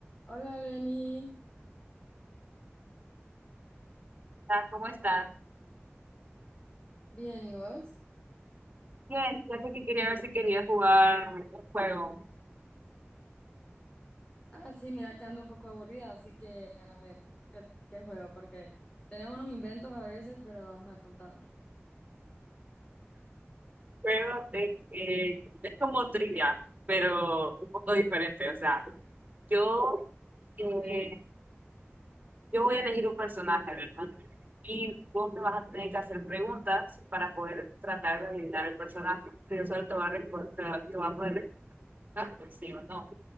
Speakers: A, on the left (about 25°); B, on the right (about 35°).
A: Hola Lenny,
B: Ah, ¿Cómo estás?
A: bien, ¿y vos?
B: Bien, fíjate que quería ver si quería jugar un juego. Un
A: Ah, sí, mira que ando un poco aburrida, así que a ver, ¿qué, qué juego? Porque tenemos unos inventos a veces, pero ajá, contame.
B: Juego de, eh, es como trivia, pero un poco diferente. O sea, yo, eh,
A: Ok.
B: yo voy a elegir un personaje, ¿verdad? Y vos me vas a tener que hacer preguntas para poder tratar de adivinar el personaje. Pero solo te va a, reco- te, va te va a poder responder pues, sí o no.